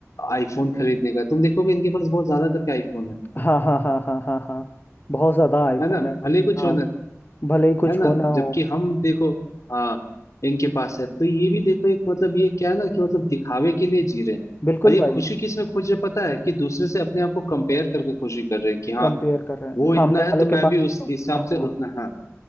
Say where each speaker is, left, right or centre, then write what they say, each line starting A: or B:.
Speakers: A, on the left; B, on the left.
A: आईफोन खरीदने का तुम देखोगे इनके पास बहुत ज्यादा करके आईफोन है
B: हाँ हाँ हाँ हाँ हाँ हाँ बहुत ज्यादा
A: <laughs>
B: आईफोन
A: है ना
B: है
A: भले ही कुछ
B: हाँ
A: होना
B: भले ही कुछ
A: है ना
B: हो ना हो
A: जबकि हम देखो हाँ इनके पास है तो ये भी देखो एक मतलब ये क्या है ना कि मतलब दिखावे के लिए जी रहे हैं
B: बिल्कुल
A: और ये
B: भाई
A: खुशी किस में खोज रहे हैं पता है कि दूसरे से अपने आप को कंपेयर करके खुशी कर रहे हैं कि हाँ
B: कंपेयर कर रहे हैं
A: वो
B: सामने
A: इतना
B: वाले
A: है तो
B: के
A: मैं
B: पास
A: भी उस
B: है तो
A: हिसाब
B: हाँ
A: से उतना हाँ